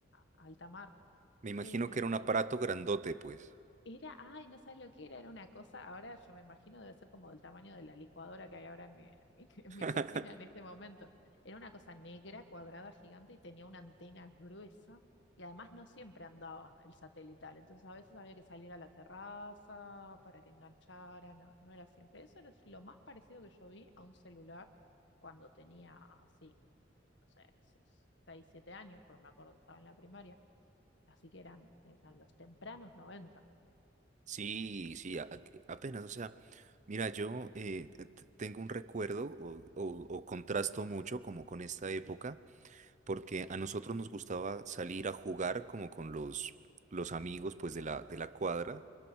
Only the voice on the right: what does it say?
Me imagino
que era un aparato grandote, pues.
<laughs>
Sí, sí, a- a- apenas, o sea, mira, yo eh, eh, t- tengo un recuerdo o, o- o contrasto mucho como con esta época, porque a nosotros nos gustaba salir a jugar como con los, los amigos pues de la, de la cuadra,